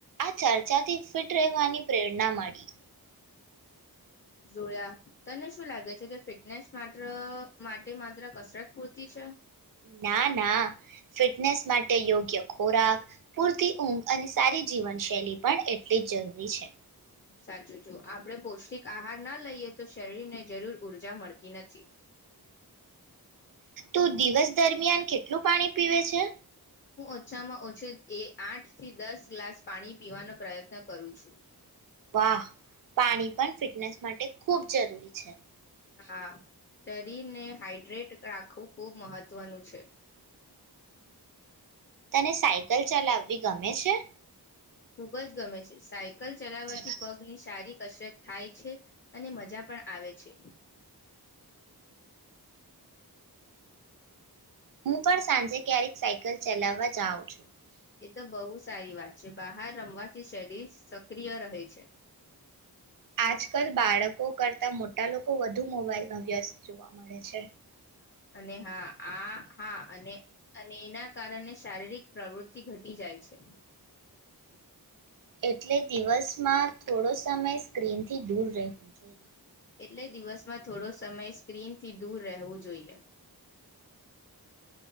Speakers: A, on the right; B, on the left.
A: આ ચર્ચાથી ફિટ રહેવાની પ્રેરણા મળી.
B: જોયા તને શું લાગે છે? કે ફિટનેસ માત્ર માટે માત્ર કસરત પૂરતી છે.
A: ના ના ફિટનેસ માટે યોગ્ય ખોરાક પૂરતી ઊંઘ અને સારી જીવનશૈલી પણ એટલી જ જરૂરી છે.
B: સાચું જો આપણે પૌષ્ટિક આહાર ના લઈએ તો શરીરને જરૂર ઊર્જા મળતી નથી.
A: તું દિવસ દરમિયાન કેટલું પાણી પીવે છે?
B: હું ઓછામાં ઓછી એ આઠથી દસ ગ્લાસ પાણી પીવાનો પ્રયત્ન કરું છું.
A: હા, પાણી પણ ફિટનેસ માટે ખૂબ જરૂરી છે.
B: હા, શરીરને હાઈડ્રેટ રાખવું ખુબ મહત્વનું છે.
A: તને સાયકલ ચલાવ ગમે છે?
B: ખુબ જ ગમે છે સાય લ ચલાવવાથી
A: હમ
B: પગ ની સારી કસરત થાય છે અને મજા પણ આવે છે.
A: હું પણ સાંજે ક્યારેક સાયકલ ચલાવવા જાઉં છું.
B: એ તો બહુ સારી વાત છે બહાર રમવાથી શરીર સક્રિય રહે છે.
A: આજકાલ બાળકો કરતા મોટા લોકો વધુ મોબાઈલમાં વ્યસ્ત જોવા મળે છે.
B: અને હા આ હા અને અને એના કારણે શારીરિક પ્રવૃતિ ઘટી જાય છે.
A: એટલે દિવસમાં થોડો સમય સ્ક્રીનથી દૂર રહેવું જોઈએ.
B: એટલે દિવસમાં થોડો સમય સ્ક્રીન થી દૂર રહેવું જોઈએ.